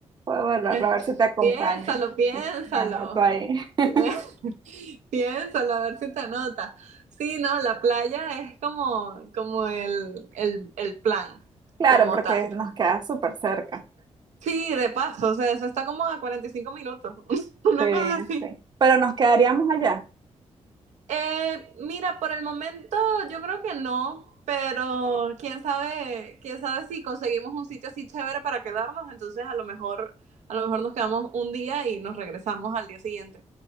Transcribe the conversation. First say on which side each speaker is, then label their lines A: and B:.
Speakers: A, on the right (about 40°); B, on the right (about 85°).
A: Voy a evaluarlo,
B: Eh,
A: a ver si te acompaña.
B: Piénsalo, piénsalo.
A: Me anoto ahí. <laughs>
B: <laughs> Piénsalo, a ver si te nota. Sí, no, la playa es como, como el, el, el plan,
A: Claro,
B: como
A: porque
B: tal.
A: nos queda súper cerca.
B: Sí, de paso, o sea, eso está como a 45 minutos, <laughs> una
A: Sí,
B: cosa así.
A: sí. Pero nos quedaríamos allá.
B: Eh, mira, por el momento yo creo que no, pero quién sabe, quién sabe si conseguimos un sitio así chévere para quedarnos, entonces a lo mejor, a lo mejor nos quedamos un día y nos regresamos al día siguiente.